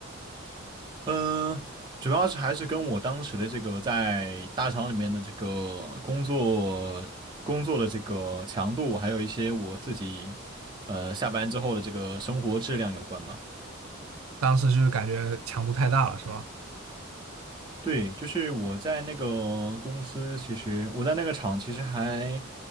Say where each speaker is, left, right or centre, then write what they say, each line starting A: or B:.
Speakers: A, on the right; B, on the right.
A: 嗯、主要是还是跟我当时的这个在大厂里面的这个工作工作的这个强度，还有一些我自己呃下班之后的这个生活质量有关吧。
B: 当时就是感觉强度太大了，是吗？
A: 对，就是我在那个公司，其实我在那个厂其实还